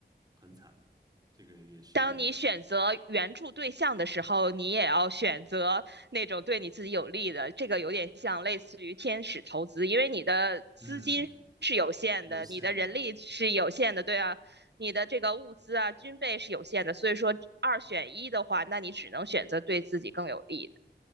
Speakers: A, on the right; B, on the right.
A: 很惨，这个也是
B: 当你选择援助对象的时候，你也要选择那种对你自己有利的。这个有点像类似于天使投资，因为你的资金是有限的，
A: 嗯有限的。
B: 你的人力是有限的，对啊，你的这个物资啊、军备是有限的。所以说二选一的话，那你只能选择对自己更有利的。